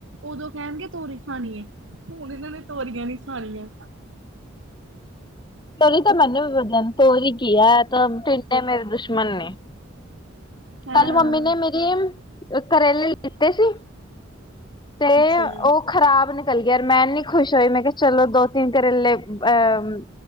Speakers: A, on the right (about 70°); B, on the left (about 25°).
A: ਉਦੋਂ ਕਹਿਣਗੇ ਤੋਰੀ ਖਾਣੀ ਏ, ਹੁਣ ਇਹਨਾਂ ਨੇ ਤੋਰੀਆਂ ਨੀ ਖਾਣੀਆਂ।
B: ਤੋਰੀ ਤਾਂ ਮੈਨੂੰ ਵੀ ਵਧੀਆ ਤੋਰੀ ਕਿਹਾ ਤਿੰਨੇ ਮੇਰੇ ਦੁਸ਼ਮਣ ਨੇ
A: ਹਾਂ
B: ਕੱਲ ਮੰਮੀ ਨੇ ਮੇਰੀ ਕਰੇਲੇ ਲਿੱਤੇ ਸੀ। ਤੇ
A: ਅੱਛਾ ਜੀ।
B: ਉਹ ਖ਼ਰਾਬ ਨਿਕਲ ਗਿਆ, ਯਾਰ ਮੈਂ ਨੀ ਖੁਸ਼ ਹੋਈ ਮੈਂ ਕਿਹਾ। ਚਲੋ ਦੋ ਤਿੰਨ ਕਰੇਲੇ ਅਹ